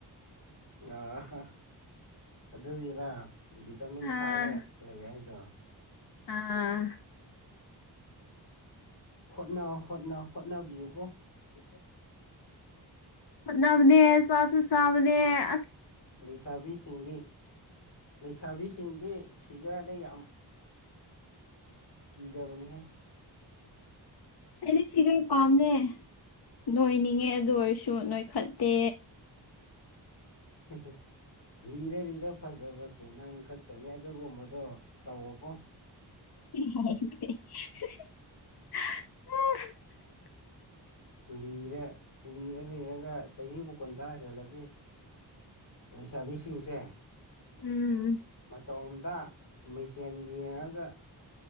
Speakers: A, on the left; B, on the left.
A: ꯑ ꯑꯗꯨꯒꯤꯔꯥ ꯚꯇꯥꯃꯤꯟ
B: ꯑꯥ
A: ꯊꯥꯛꯑꯒ ꯂꯩ ꯍꯥꯏꯗꯣ
B: ꯑꯥ
A: ꯍꯣꯠꯅ ꯍꯣꯠꯅ ꯍꯣꯠꯅꯕꯤꯌꯨꯕ
B: <unintelligible> ꯅꯕꯅꯦ ꯁꯥꯋꯥꯁꯨꯁꯕꯅꯦ ꯑ
A: ꯂꯩꯁꯥꯕꯤꯁꯤꯡꯗꯤ ꯂꯩꯁꯥꯕꯤꯁꯤꯡꯗꯤ ꯊꯤꯒꯅ ꯌꯥꯝ ꯀꯖꯕꯅꯤꯍ
B: ꯑꯗꯤ ꯁꯤꯒ ꯄꯥꯝꯅꯦ ꯅꯣꯏꯅꯤꯡꯉꯦ ꯑꯗꯨ ꯑꯣꯏꯔꯁꯨ ꯅꯣꯏꯈꯠꯇꯦ
A: <unintelligible> ꯍꯔ ꯂꯤꯔ ꯐꯖꯁ ꯅꯪ ꯈꯛꯇꯅꯤ ꯑꯗꯨꯕꯨ ꯃꯗꯣ ꯇꯧꯋꯀꯣ
B: <unintelligible>
A: ꯂꯤꯔ ꯂꯤꯔ ꯂꯤꯔꯒ ꯆꯍꯤꯕꯨ ꯀꯨꯟꯊ꯭ꯔꯥ ꯍꯦꯜꯂꯗꯤ ꯂꯩꯁꯥꯕꯤꯁꯤꯡꯁꯦ
B: ꯎꯝ
A: ꯇꯣꯝꯗ ꯃꯤ ꯁꯦꯟ ꯌꯦꯡꯉꯒ